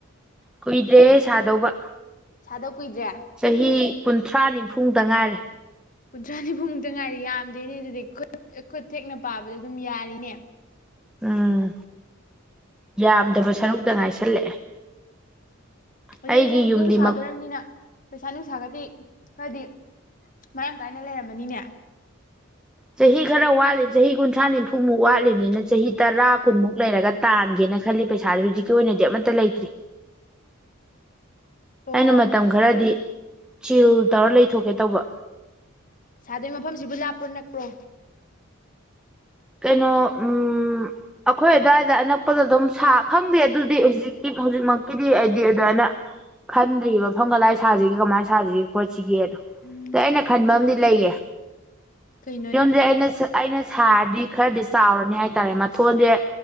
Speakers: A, in the centre; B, on the left.
A: ꯀꯨꯏꯗ꯭ꯔꯦ ꯁꯥꯗꯧꯕ
B: ꯁꯥꯗꯧ ꯀꯨꯏꯗ꯭ꯔꯦ
A: ꯆꯍꯤ ꯀꯨꯟꯊ꯭ꯔꯥ ꯅꯤꯝꯐꯨꯗ ꯉꯥꯏꯔꯦ
B: ꯀꯨꯟꯊ꯭ꯔꯥ ꯅꯤꯐꯨꯃꯨꯛꯇ ꯉꯥꯏꯔꯦ ꯌꯥꯝꯗꯦꯅꯦ ꯑꯗꯨꯗꯤ ꯈꯨꯠ ꯈꯨꯠ ꯊꯦꯛꯅ ꯄꯥꯕꯗ ꯑꯗꯨꯝ ꯌꯥꯔꯤꯅꯦ
A: ꯎꯝ ꯌꯥꯝꯗꯕ ꯁꯔꯨꯛꯇ ꯉꯥꯏꯁꯜꯂꯛꯑꯦ
B: ꯑꯗꯨ
A: ꯑꯩꯒꯤ
B: ꯅꯪ
A: ꯌꯨꯝꯗꯤ
B: ꯌꯨꯝ ꯁꯥꯗꯣꯔꯝꯅꯤꯅ
A: ꯃꯛ
B: ꯄꯩꯁꯥ ꯅꯨꯡ ꯁꯥꯒꯗꯤ ꯈꯔꯗꯤ ꯃꯔꯥꯡ ꯀꯥꯏꯅ ꯂꯩꯔꯝꯃꯅꯤꯅꯦ
A: ꯆꯍꯤ ꯈꯔ ꯋꯥꯠꯂꯤꯕ ꯆꯍꯤ ꯀꯨꯟꯊ꯭ꯔꯥ ꯅꯤꯐꯨꯃꯨꯛ ꯋꯥꯠꯂꯤꯕꯅꯤꯅ ꯆꯍꯤ ꯇꯔꯥ ꯀꯨꯟꯃꯨꯛ ꯂꯩꯔꯒ ꯇꯥꯟꯒꯦꯅ ꯈꯜꯂꯤ ꯄꯩꯁꯥꯥꯁꯦ ꯍꯧꯖꯤꯛꯀꯤ ꯑꯣꯏꯅꯗꯤ ꯑꯃꯠꯇ ꯂꯩꯇ꯭ꯔꯤ
B: ꯑꯣ
A: ꯑꯩꯅ ꯃꯇꯝ ꯈꯔꯗꯤ ꯆꯤꯜ ꯇꯧꯔ ꯂꯩꯊꯣꯛꯀꯦ ꯇꯧꯕ
B: ꯁꯥꯗꯣꯏ ꯃꯐꯝꯁꯤꯕꯨ ꯂꯥꯞꯄ꯭ꯔꯣ ꯅꯛꯄ꯭ꯔꯣ
A: ꯀꯩꯅꯣ ꯎꯝ ꯑꯩꯈꯣꯏ ꯑꯗꯨꯋꯥꯏꯗ ꯑꯅꯛꯄꯗ ꯑꯗꯨꯝ ꯁꯥ ꯈꯪꯗꯦ ꯑꯗꯨꯗꯤ ꯍꯧꯖꯤꯛꯀꯤ ꯍꯧꯖꯤꯛꯃꯛꯀꯤꯗꯤ ꯑꯩꯗꯤ ꯑꯗꯨꯃꯥꯏꯅ ꯈꯟꯗ꯭ꯔꯤꯔꯤꯕ ꯃꯐꯝ ꯀꯗꯥꯥꯏ ꯁꯥꯁꯤꯒꯦ ꯀꯃꯥꯏꯅ ꯁꯥꯁꯤꯒꯦ ꯈꯣꯠꯁꯤꯒꯦ
B: ꯎꯝ
A: ꯑꯩꯅ ꯈꯟꯕꯝꯗꯤ ꯂꯩꯌꯦ
B: ꯀꯩꯅꯣꯅꯦ
A: ꯌꯣꯨꯝꯖꯦ ꯑꯩꯅ ꯑꯩꯅ ꯁꯥꯔꯥꯗꯤ ꯈꯔꯗꯤ ꯆꯥꯎꯔꯅꯤ ꯍꯥꯏꯇꯥꯔꯦ ꯃꯊꯣꯟꯖꯦ